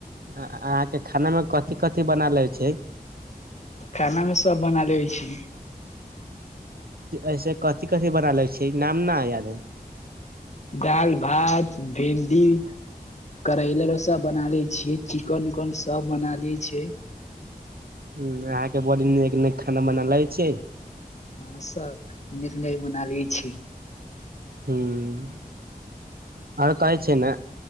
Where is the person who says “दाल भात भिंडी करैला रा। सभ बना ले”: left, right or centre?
Left